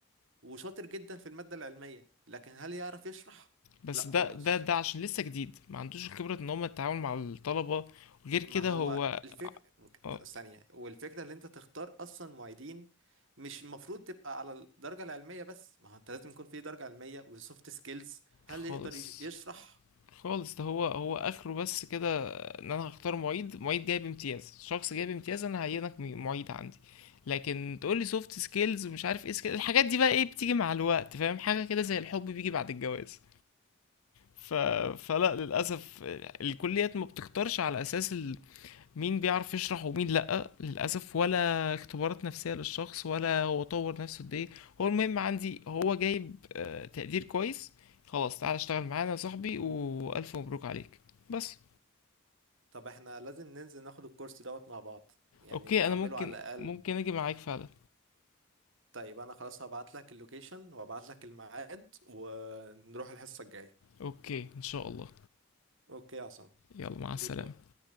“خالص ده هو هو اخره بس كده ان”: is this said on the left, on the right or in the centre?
Left